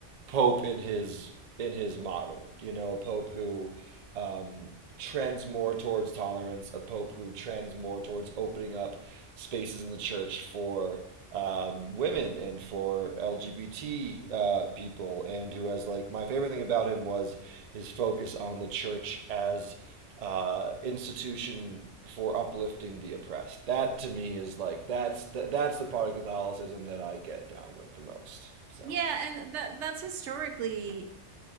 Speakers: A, on the right; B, on the right.
A: pope in his in his model. You know, a pope who um, trends more towards tolerance, a pope who trends more towards opening up spaces in the church for um, women and for LGBT uh, people, and who has like my favorite thing about him was his focus on the church as uh, institution for uplifting the oppressed. That to me is like that's the, that's the part of Catholicism that I get down with the most. So
B: Yeah, and that that's historically